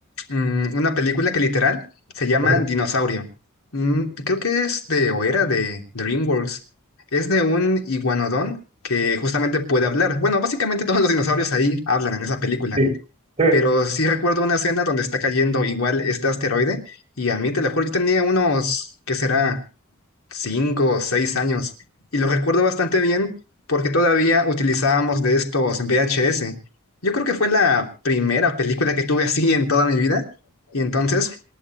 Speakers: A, on the left; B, on the right.
A: mm, una película que literal se llama
B: Ajá,
A: Dinosaurio. Mm, creo que es de, o era de DreamWorks. Es de un iguanodón que justamente puede hablar. Bueno, básicamente todos los dinosaurios ahí hablan en esa película.
B: Sí. <laughs>
A: Pero sí recuerdo una escena donde está cayendo igual este asteroide y a mí, te lo juro, yo tenía unos, ¿qué será? cinco o seis años. Y lo recuerdo bastante bien porque todavía utilizábamos de estos VHS. Yo creo que fue la primera película que tuve así en toda mi vida y entonces